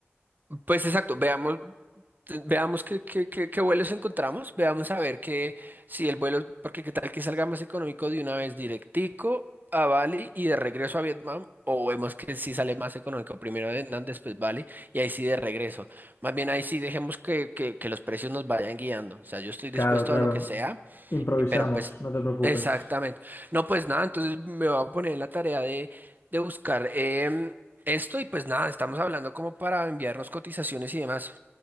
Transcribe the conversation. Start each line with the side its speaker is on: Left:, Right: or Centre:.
Right: Pues exacto, veamos. Veamos qué, qué, qué, qué vuelos encontramos, veamos a ver que si el vuelo, porque qué tal que salga más económico de una vez directico a Bali y de regreso a Vietnam, o vemos que si sale más económico primero Vietnam, después Bali y ahí sí de regreso. Más bien ahí sí dejemos que, que, que los precios nos vayan guiando, o sea, yo estoy dispuesto
Left: Claro, claro.
Right: a lo que sea.
Left: Improvisamos,
Right: Eh, Pero pues,
Left: no te preocupes.
Right: exactamente. No, pues nada, entonces me voy a poner en la tarea de, de buscar em, esto y pues nada, estamos hablando como para enviarnos cotizaciones y demás.